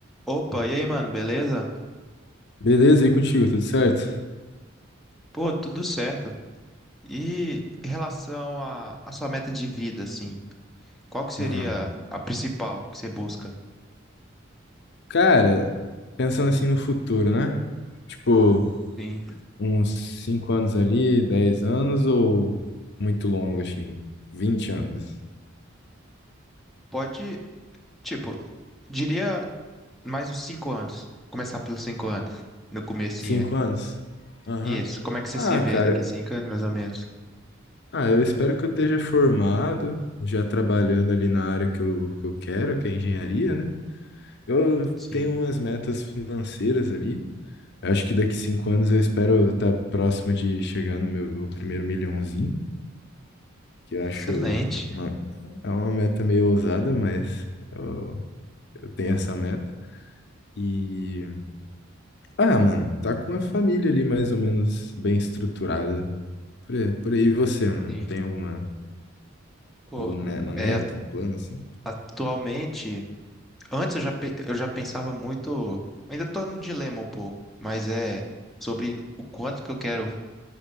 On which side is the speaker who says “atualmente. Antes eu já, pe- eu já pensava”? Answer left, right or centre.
Centre